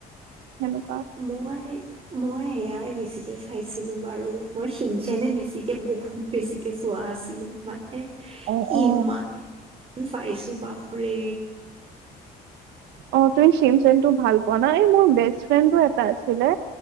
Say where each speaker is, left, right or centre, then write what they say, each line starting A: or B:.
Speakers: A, on the right; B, on the right.
A: সেনেকুৱা
B: মই মই এয়াই বেছিকে চাইছিলোঁ বাৰু, মই সিনচেনে বেছিকে বহুত বেছিকে চোৱা। আছিলো মানে,
A: অ
B: ইমানেই
A: অ
B: চাইছোঁ বাপৰে।
A: অ', তুমি সিনচেনটো ভাল পোৱা না, এই মোৰ বেষ্ট ফ্ৰেণ্ডো এটা আছিলে।